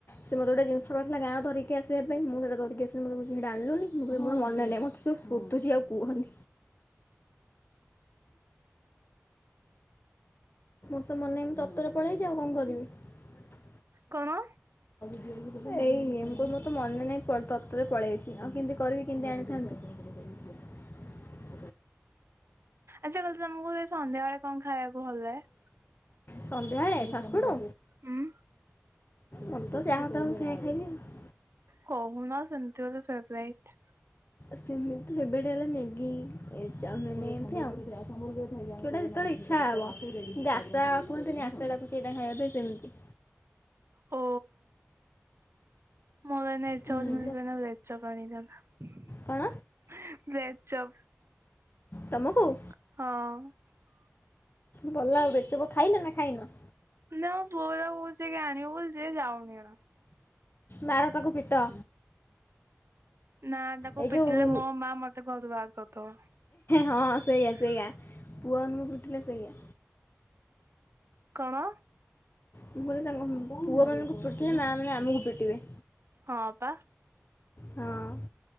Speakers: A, on the left (about 50°); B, on the right (about 65°).
A: ସେ ମୋତେ ଗୋଟେ ଜିନିଷ କହିଥିଲା ଗାଁକୁ ଧିରିକି ଆସିବା ପାଇଁଁ ମୁଁ ସେଇଟା ଧରିକି ଆସିଲିନି ମୋତେ କହୁଛି ସେଇଟା ଆଣିଲୁନିକି ମୁଁ କହିଲି ସେଇଟା ମୋର ମନେ ନାହିଁ। ଯୋ ଶୁଧୁଛି ଆଉ କୁହନି। ତୋର ମନେ ନାହିଁ ମୁଁ ତରତରରେ ପଳେଇ ଆସିଛି ଆଉ କଣ କରିବି?
B: କଣ?
A: ଏଇ ମୁଁ କହିଲି ମୋର ମନେ ନାହିଁ ମୁଁ ତରତରରେ ପଳେଇ ଆଇଛି। ଆଉ କେମିତି କରିବି କେମିତି ଆଣିବି? <unintelligible>
B: ଆଚ୍ଛା କହିଲ ତମକୁ ସେ ସନ୍ଧ୍ୟା ବେଳେ କଣ ଖାଇବାକୁ ଭଲ ଲାଗେ?
A: ସନ୍ଧ୍ୟାବେଳେ ଫାଷ୍ଟଫୁଡ଼।
B: ହୁଁ
A: ମତେ ତ ଯାହା ଦେବ। ମୁଁ ସେଇଆ ଖାଇବି ଆଉ।
B: କହୁନ ସେମିତି ଗୋଟେ ଫେବରାଇଟ।
A: ସେମିତି ଫେବରାଇଟ ହେଲେ ମ୍ୟାଗି, ଇ ଚାଉମିନ ଏମତି ଆଉ ଯୋଉଟା ଯେତେବେଳେ ଇଚ୍ଛା ହବ ଯେ ଆଶା କୁହନ୍ତିନି ଆଶା ଟାକୁ ସେଇଟା ଖାଇବା ପାଇଁ ସେମିତି।
B: ଓ। ମୋର ଏଇନା ଇଚ୍ଛା
A: ହୁଁ,
B: ହଉଚି ମୋତେ <unintelligible> ଏଗ୍ ଚପ୍ ଆଣିକି <unintelligible>
A: କଣ
B: ଭେଜ ଚପ୍
A: ତମକୁ
B: ହଁ।
A: ଭଲ ଆଉ ବ୍ରେଡ ଚପ୍ ଖାଇନ ନା ଖାଇନ?
B: ନା ମୁଁ ତାକୁ କହୁଚି ଯାଇକି ଆଣିବ ବୋଲି ଯେ ଯାଉନି ଏକା।
A: ମାର ତାକୁ ପିଟ।
B: ନା ଟାକୁ
A: ଏଇ ଯେଉଁ
B: ପିଟିଲେ ମୋ ମା ମତେ ଘରୁ ବାହାର କରିଦବ।
A: ହଁ ସେଇଆ ସେଇଆ ପୁଅ ମାନଙ୍କୁ ପିଟିଲେ ସେଇଆ।
B: କଣ?
A: ମୁଁ କହିଲି ତାଙ୍କ ପୁଅ ମାନଙ୍କୁ ପିଟିଲେ ମା ମାନେ ଆମକୁ ପିଟିବେ।
B: ହଁ ପା।
A: ହଁ